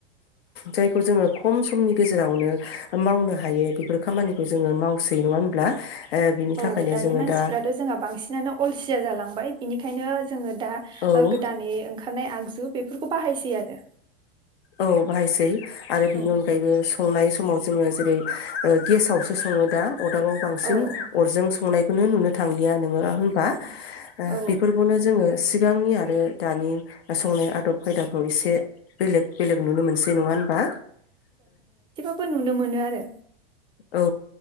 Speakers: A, on the left; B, on the right.
A: जायखौ जोङो खम समनि गेजेरावनो ओ मावनो हायो बेफोर खामानिखौ जोङो मावसै नङा होनब्ला? ओ बिनि थाखायनो
B: औ दानि
A: जोङो
B: मानसिफ्राथ'
A: दा
B: जोंहा बांसिनानो अलसिया जालांबाय बिनिखायनो जोङो दा
A: औ
B: गोदानै ओंखारनाय आगजु बेफोरखौ बाहायसै आरो।
A: औ बाहायसै आरो
B: औ
A: बिनि अनगायैबो संनाय समाव जोङो जेरै गेसावसो सङो दा अरदाबाव बांसिन
B: औ
A: अरजों संनाय खौनो नुनो थांलिया नोङो होनबा
B: औ औ
A: बेफोरखौनो जोङो सिगांनि आरो दानि संनाय आदब खायदाखौ एसे बेलेक बेलेक नुनो मोनसै नङा होनबा
B: जेबो नुनो मोनो आरो
A: औ ओ